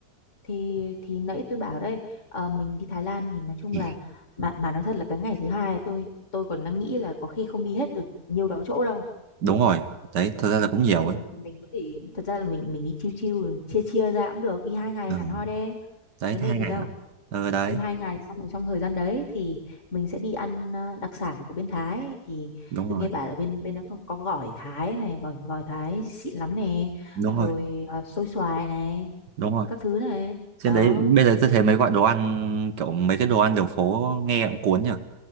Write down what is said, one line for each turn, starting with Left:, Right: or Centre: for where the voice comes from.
Left: Thì thì nãy tôi bảo đây, ờ, mình đi Thái Lan thì nói chung
Right: Ừ,
Left: là mà mà nói thật là cái ngày thứ hai tôi tôi còn đang nghĩ là có khi không đi hết được nhiều đó chỗ đâu
Right: Đúng rồi. Đấy, thật ra là cũng nhiều
Left: Ờ,
Right: ấy.
Left: thì mình có thể thật ra là mình mình đi chiêu chiêu chia chia ra cũng được đi hai ngày
Right: Ừ.
Left: hẳn hoi đấy
Right: Đấy
Left: vấn
Right: hai
Left: đề gì
Right: ngày
Left: đâu
Right: hả? Ừ đấy,
Left: đi hai ngày xong rồi trong thời gian đấy thì mình sẽ đi ăn ờ, đặc sản của bên Thái thì
Right: đúng
Left: tôi
Right: rồi.
Left: nghe bảo là bên bên đó có, có gỏi Thái này gỏi gỏi Thái xịn lắm này
Right: Đúng
Left: rồi
Right: rồi,
Left: ờ, xôi xoài này
Right: đúng rồi.
Left: các thứ này
Right: Trên
Left: đó
Right: đấy bây giờ tôi thấy mấy gọi đồ ăn kiểu mấy cái đồ ăn đường phố nghe cũng cuốn nhỉ.